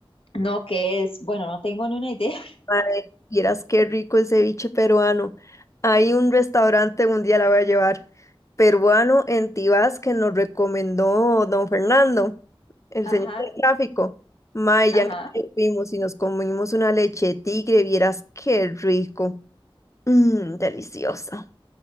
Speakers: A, on the left; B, on the left.
A: no, ¿qué es? Bueno, no tengo ni una idea.
B: Mae, vieras qué rico el ceviche peruano. Hay un restaurante, un día la voy a llevar, peruano en Tibás que nos recomendó don Fernando, el
A: <laughs> Ajá,
B: señor del tráfico. Mae,
A: ajá.
B: ya que fuimos y nos comimos una leche de tigre, vieras qué rico. Mmm, deliciosa.